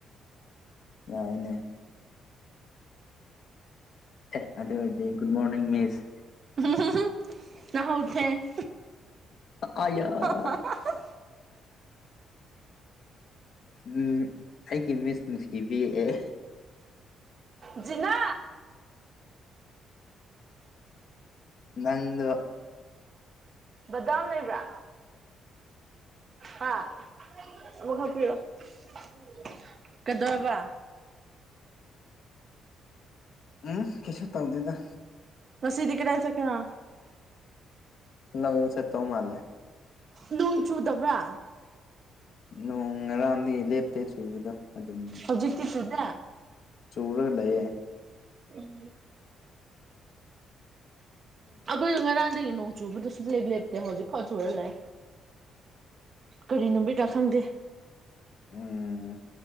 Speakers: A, on the left; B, on the right.
A: ꯌꯥꯏꯅꯦ꯫ ꯑꯦ ꯑꯗꯨ ꯑꯣꯏꯗꯤ ꯒꯨꯗ ꯃꯣꯔꯅꯤꯡ ꯃꯤꯁ꯫
B: <unintelligible> ꯂꯍꯧꯊꯦꯡ꯫
A: ꯑ <unintelligible>
B: <unintelligible>
A: ꯎꯝ ꯑꯩꯒꯤ ꯃꯤꯁ ꯅꯨꯡꯁꯤꯕꯤ ꯑꯦ
B: ꯖꯤꯅꯥ
A: ꯅꯥꯪꯗꯣ
B: ꯗꯥꯗꯥ ꯂꯩꯕ꯭ꯔꯥ ꯍꯥ <unintelligible> ꯀꯩꯗꯧꯔꯕ
A: ꯎꯝ ꯀꯔꯤꯁꯨ ꯇꯥꯎꯗꯦ ꯗꯥ
B: ꯃꯁꯤꯗꯤ ꯀꯔꯏ ꯁꯅ
A: ꯂ ꯆꯦꯠꯇꯧ ꯃꯥꯂꯦ
B: ꯅꯣꯡ ꯆꯨꯗꯕ꯭ꯔꯥ
A: ꯅꯣꯡ ꯉꯔꯥꯡꯗꯒꯤ ꯂꯦꯞꯇꯦ ꯆꯨꯕꯗꯣ ꯑꯗꯨꯝ
B: ꯍꯧꯖꯤꯛꯇꯤ ꯆꯨꯗꯦ
A: ꯆꯨꯔꯒ ꯂꯩꯌꯦ
B: ꯎꯝ ꯑꯩꯈꯣꯏꯗ ꯉꯔꯥꯡꯗꯒꯤ ꯅꯣꯡ ꯆꯨꯕꯗꯁꯨ ꯂꯦꯞ ꯂꯦꯞ ꯇꯦꯝꯣ ꯍꯧꯖꯤꯛꯐꯥꯎ ꯁꯨꯔ ꯂꯥꯛꯑꯦ ꯀꯔꯤ ꯅꯨꯃꯤꯗ ꯈꯪꯗꯦ
A: ꯎꯝ